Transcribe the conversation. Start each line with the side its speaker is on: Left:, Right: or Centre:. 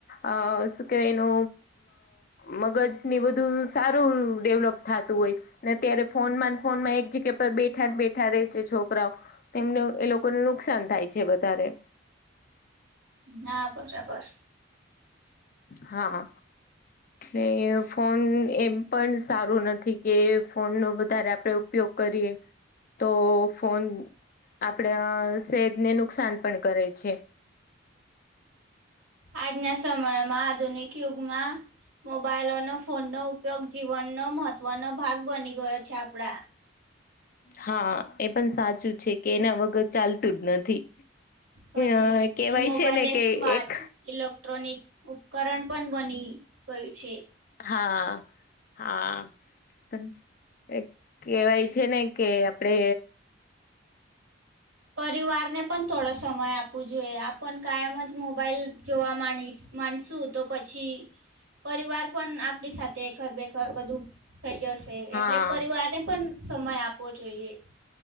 Left: અ શું કેવાય એનુ મ મગજ એ બધું સારું ડેવલપ થાતું હોય ત્યારે ફોનમાં ને ફોનમાં એક જગ્યા પર બેઠા બેઠા રહેે છે છોકરાઓ તેમને એ લોકોને નુકસાન થાય છે વધારે.
Right: હા બરાબર.
Left: હા. કે ફોન એમ પણ સારું નથી કે ફોન નો વધારે આપ આપે ઉપયોગ કરીએ. તો ફોન આપડ સેજને નુકસાન પણ કરે છે.
Right: આજના સમયમાં આધુનિક યુગમાં. મોબાઈલ અને ફોનનો ઉપયોગ જીવનનો મહત્વનો ભાગ બની ગયો છે આપણા.
Left: હા, એ પણ સાચું છે કે એના વગર ચાલતું જ નથી.
Right: પછી
Left: અ કહેવાય
Right: મોબાઈલ
Left: છે ને કે
Right: સ્માર્ટ
Left: એક.
Right: ઇલેક્ટ્રોનિક ઉપકરણ પણ બની ગયું છે.
Left: હા હા! પણ કેહેવાય છે ને કે આપડે.
Right: પરિવારને પણ થોડો સમય આપવો જોઈએ આપણ કાયમ જ મોબાઈલ જોવા માંડી. માનસું તો પછી પરિવાર પણ આપણી સાથે ઘર બેખર બધું. થઈ જશે
Left: હા
Right: એટલે પરિવારને પણ સમય આપવો જોઈએ.